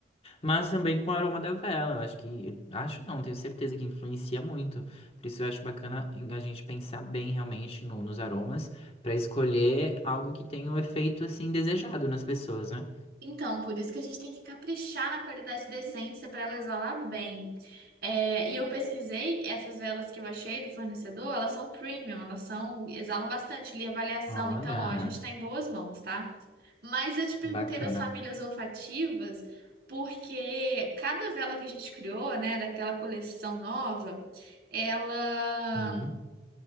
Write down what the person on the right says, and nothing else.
Então, por isso que a gente tem que caprichar na qualidade de essência para ela exalar bem. É, e eu pesquisei essas velas que eu achei do fornecedor, elas são premium, elas são, exalam bastante, li a avaliação,
então, ó, a gente está em boas mãos, tá? Mas eu te perguntei
das famílias olfativas, porque cada vela que a gente criou, né, daquela coleção nova, ela